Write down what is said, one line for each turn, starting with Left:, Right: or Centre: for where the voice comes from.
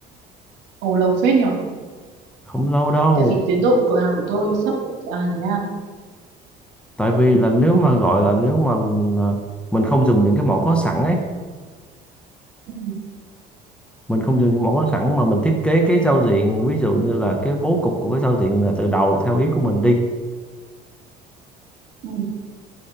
Right: Ồ lâu phết nhỉ?
Centre: không lâu đâu
Right: Tại vì tiến độ cửa hàng của tôi sắp à thế à.
Centre: tại vì là nếu mà gọi là nếu mà m- à, mình không dùng những cái mẫu có sẵn ấy
Right: Ừ.
Centre: mình không dùng những mẫu có sẵn mà mình thiết kế cái giao diện ví dụ như là cái bố cục của cái giao diện là từ đầu theo ý của mình đi
Right: Ừ.